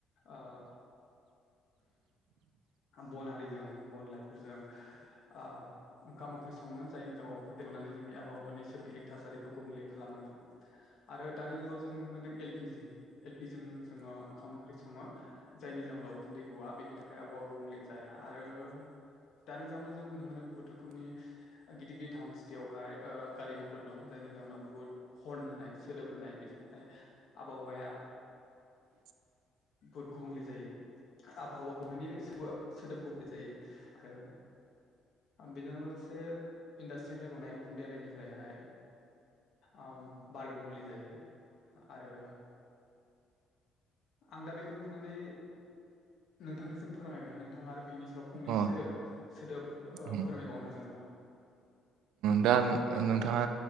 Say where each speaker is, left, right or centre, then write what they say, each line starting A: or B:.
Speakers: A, on the left (about 60°); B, on the right (about 85°).
A: ओ ब'नारिजों ब'न लाइफोरजों ओ ओंखाम ओंख्रि सङोम जायनि जाउावखौ देवनानै जोंनि आबहावानि सोरगिदिं थासारिखौ गुबुंले खालामोमोन। आरो दानि जुगाव जों नुनो मोनदों एलपि जि एलपि जि जों जोङो ओंखाम ओंख्रि सङो। जायनि जाहोनाव उखुन्दै गुवआ बेनि थाखाय आबहावा गुबुंले जाया। आरो दानि जाउनाव जों नुनो मोनो बहुत रोखोमनि गिदिर गिदिर टाउन सिटियावहाय ओ गारि मथर दं जायनि जउनाव बुहुत हरन होनाय सोदोब होनाय बेजोंहाय आबहावाया
B: <inaudible> <unintelligible>
A: बुथ गुबुंले जायो आबहावा गुबनायनि सोदोब गुबै जायो आरो बेजों लोगोसे इन्डास्ट्रिनिफ्राय गनाय उखुन्दैारिनिफ्रायहाय ओम बार गुबुंले जायो आरो आं दा बेखौनो बुंनानै नोंथांनिसिम फोरमायबाय नोंथाङा आरो बिनि सायाव फंनैसो
B: अ
A: सोदोब फोरमायबावनो
B: उम
A: हागोन नामा?
B: दा नोंथाङा